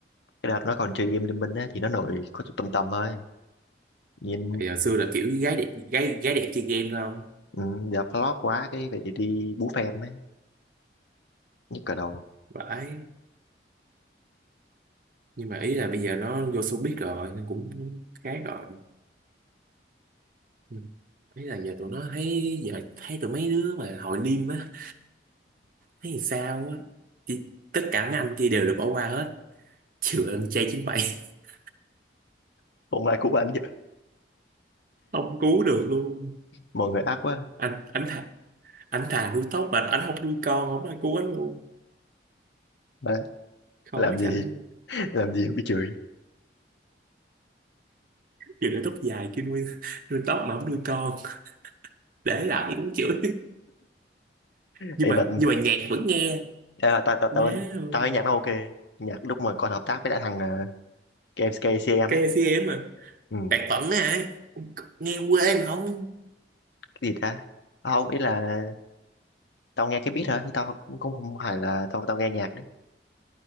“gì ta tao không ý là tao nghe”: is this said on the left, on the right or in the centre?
Left